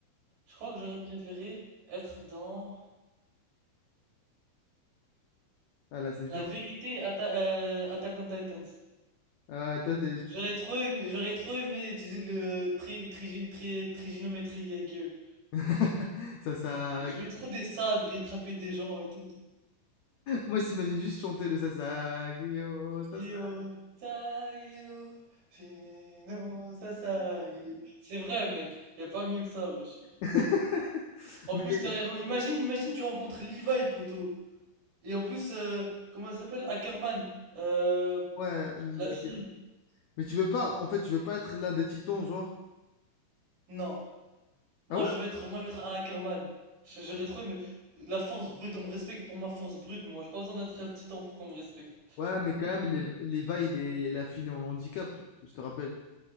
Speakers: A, on the right; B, on the left.
A: Je crois que j'aurais préféré être dans
B: Ah là, c'est dur.
A: la vérité Atta euh, Attack on Titans.
B: Ah, toi, t'es-
A: J'aurais trop aimé, j'aurais trop aimé utiliser le tri tri tri triginométrie Yagyu.
B: <laughs> ça, ça.
A: Je veux trop des sabres et attraper des gens et tout.
B: Moi, j'imagine juste chanter le Sasagio, Sasa.
A: Yo, sageyo, shino sasageyo. C'est vrai, mec. Y a pas mieux que ça, wesh.
B: <laughs>
A: En
B: Mais
A: plus, t'as rien- imagine, imagine, tu rencontres Levi, poteau. Et en plus, euh, comment elle s'appelle? Ackerman. Euh,
B: ouais, la-
A: la fille.
B: mais tu veux pas, en fait, tu veux pas être l'un des titans, genre.
A: Non. Moi,
B: Ah ouais?
A: je vais être, moi, je vais être un Ackerman. Je- J'aurais trouvé, mais la force brute, on me respecte pour ma force brute, moi. J'ai pas besoin d'être un titan pour qu'on me respecte.
B: Ouais, mais quand même, Leva, Leva, il est, il a fini en handicap, je te rappelle.